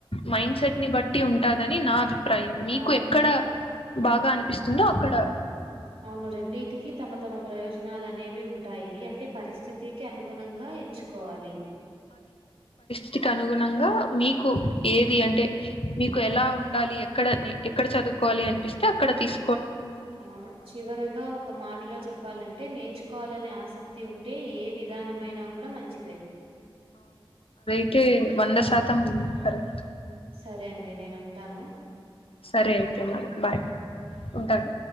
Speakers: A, on the left; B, on the right.
A: మైండ్ సెట్ ని బట్టి ఉం. ఉంటదని నా అభిప్రాయం మీకు
B: అవును.
A: ఎక్కడ బాగా అనిపిస్తుందో అక్కడ.
B: అవును రెండిటికిీ తమ తమ ప్రయోజనాలు అనేవి ఉ ఉంటాయి అంటే పరిస్థితికి అనుగుణంగా ఎంచుకోవాలి
A: వ అనుగుణంగా మీకు ఏది అంటే మీకు ఎలా ఉండాలి ఎక్కడ నీ ఎక్కడ చదువు కోలి అనిపిస్త అడ తీస్
B: అవును చివరగా ఒక మాటలో చెప్పాలంటే నేర్చుకోవాలనే ఆసక్తి ఉంటే ఏవి విధానమైన కూడా మంచిదే.
A: అంతే వంద శాతం కరెక్ట్.
B: సరే అండి నేనుంటాను.
A: సరే అయితే మరి బాయ్ ఉంటాను.